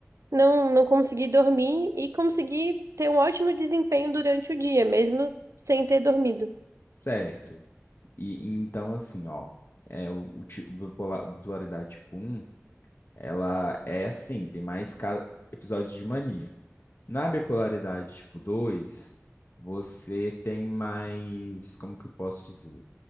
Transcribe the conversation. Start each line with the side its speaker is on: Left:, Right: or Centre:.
Right: não, não conseguir dormir e conseguir ter um ótimo desempenho durante o dia, mesmo sem ter dormido.
Left: certo? E, e então assim, ó, é o, o, ti- o bipolar- bipolaridade tipo um ela é assim, tem mais ca- episódios de mania. Na bipolaridade tipo 2, você tem mais, como que eu posso dizer?